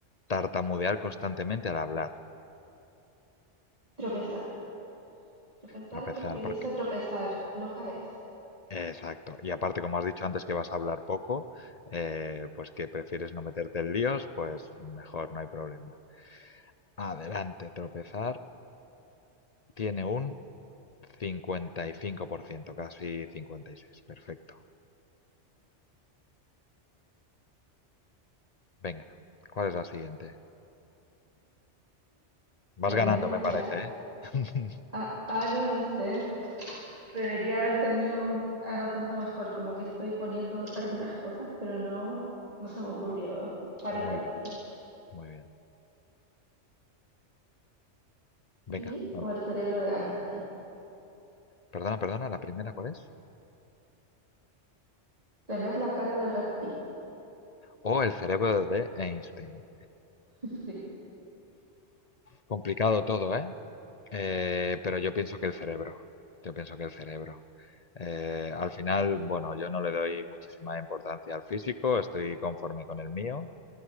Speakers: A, on the left; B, on the right.
A: tartamudear constantemente al hablar.
B: Tropezar. Tropezar
A: Tropezar,
B: porque
A: porque...
B: dice tropezar, no caerse.
A: Exacto. Y aparte, como has dicho antes que vas a hablar poco, eh, pues que prefieres no meterte en líos, pues mejor, no hay problema. Adelante, tropezar tiene un cincuenta y cinco por ciento casi cincuenta y seis Perfecto. Venga, ¿cuál es la siguiente? Vas
B: Tener
A: ganando,
B: la
A: me
B: cara...
A: parece, ¿eh? <laughs>
B: Ah, ah, no lo sé. Debería haber tenido un- anotando mejor, como que estoy poniendo algunas cosas, pero no, no se me ocurrió. Para
A: Muy
B: la próxima.
A: bien, muy bien. Venga,
B: Pete
A: ah,
B: o el cerebro de Einstein.
A: perdona, perdona, ¿la primera cuál es?
B: Tener la cara de Brad Pitt.
A: O el cerebro de Einstein.
B: <laughs> Sí.
A: Complicado todo, ¿eh? Eh, pero yo pienso que el cerebro. Yo pienso que el cerebro. Eh, al final, bueno, yo no le doy muchísima importancia al físico, estoy conforme con el mío